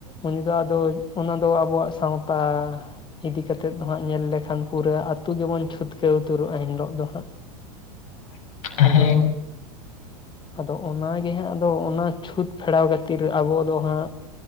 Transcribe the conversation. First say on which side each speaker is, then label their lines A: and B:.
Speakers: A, on the left (about 25°); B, on the left (about 60°).
A: ᱩᱱᱤ ᱫᱚ ᱟᱫᱚ ᱚᱱᱟ ᱫᱚ ᱟᱵᱚᱣᱟᱜ ᱥᱟᱶᱛᱟ ᱤᱫᱤ ᱠᱟᱛᱮᱫ ᱫᱚ ᱦᱟᱸᱜ ᱧᱮᱞ ᱞᱮᱠᱷᱟᱱ ᱯᱩᱨᱟᱹ ᱟᱹᱛᱩ ᱜᱮᱵᱚᱱ ᱪᱷᱩᱛᱠᱟᱹᱣ ᱩᱛᱟᱹᱨᱚᱜᱼᱟ ᱮᱱ ᱦᱤᱞᱳᱜ ᱫᱚ ᱦᱟᱸᱜ᱾
B: <inaudible> <unintelligible> ᱦᱮᱸ
A: ᱟᱫᱚ ᱟᱫᱚ ᱚᱱᱟᱜᱮ ᱦᱟᱸᱜ ᱟᱫᱚ ᱚᱱᱟ ᱪᱷᱩᱸᱛ ᱯᱷᱮᱲᱟᱣ ᱠᱷᱟᱹᱛᱤᱨ ᱟᱵᱚ ᱫᱚ ᱦᱟᱸᱜ